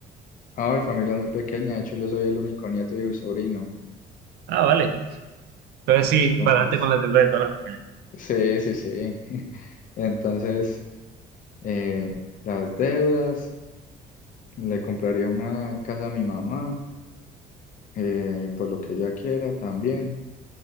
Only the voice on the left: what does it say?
Ah, mi familia es muy pequeña, de hecho yo soy el único nieto y sobrino,
entonces,
sí, sí, sí. <laughs> Entonces, eh, las deudas, le compraría una casa a mi mamá, eh, por lo que ella quiera también,